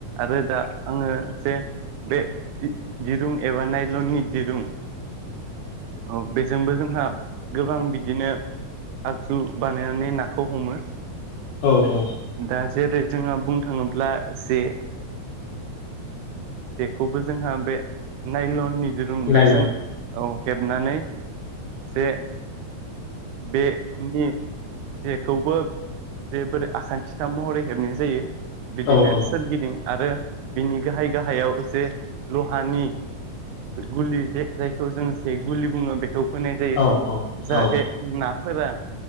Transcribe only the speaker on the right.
आरो दा आंङो जे बे दिरुं एबा नायलननि दिरुं औ बेजोंबो जोंहा गोबां बिदिनो आगजु बानायनानै नाखौ हमो
दा जेरै जोंहा बुंनो थांङोब्ला जे जेखौबो जोंहा बे नायलन नि जों बेजों
औ हेबनानै जे बे नि जेखौबो जे बोरै आखान्थिथाम महरै हेबनाय जायो बिदिनो
सोरगिदिं आरो बिनि गाहाय गाहायाव जे ल'हानि गुलि जि जायखौ जों जे गुलि बुंङो बेखौ होनाय जायो
जाहाथे
नाफोरा